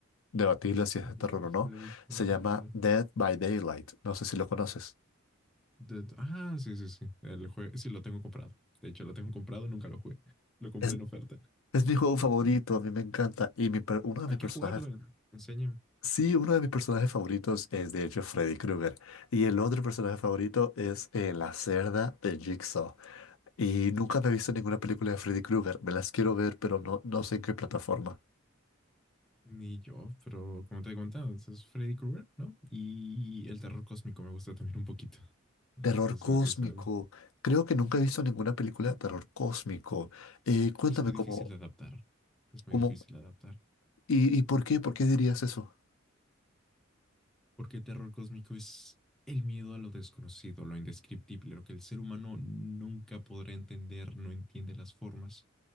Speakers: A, on the left; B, in the centre.
A: debatible si es
B: <laughs>
A: de terror o no.
B: Freddy Krueger
A: Se llama Dead by Daylight. No sé si lo conoces.
B: Dead- Ah, sí, sí, sí. El juego, sí, lo tengo comprado. De hecho, lo tengo comprado, nunca lo jugué. <laughs> Lo compré
A: Es,
B: en oferta.
A: Es mi juego
B: Pero
A: favorito,
B: sí,
A: a mí me encanta. Y mi per- uno de
B: Hay
A: mis
B: que
A: personajes,
B: jugarlo, enséñame.
A: sí, uno de mis personajes favoritos es de hecho Freddy Krueger. Y el otro personaje favorito es eh, la cerda de Jigsaw. Y nunca me he visto ninguna película de Freddy Krueger. Me las quiero ver, pero no, no sé en qué plataforma.
B: Ni yo, pero como te he contado, ese es Freddy Krueger, ¿no? Y el terror cósmico me gusta también un poquito.
A: Terror
B: Es eso,
A: cósmico.
B: eso. eh.
A: Creo que nunca he visto ninguna película de terror cósmico. Eh, cuéntame
B: Es muy
A: cómo,
B: difícil de adaptar. Es muy
A: cómo
B: difícil de adaptar.
A: y, y por qué, por qué dirías eso.
B: Porque el terror cósmico es el miedo a lo desconocido, lo indescriptible, lo que el ser humano nunca podrá entender, no entiende las formas,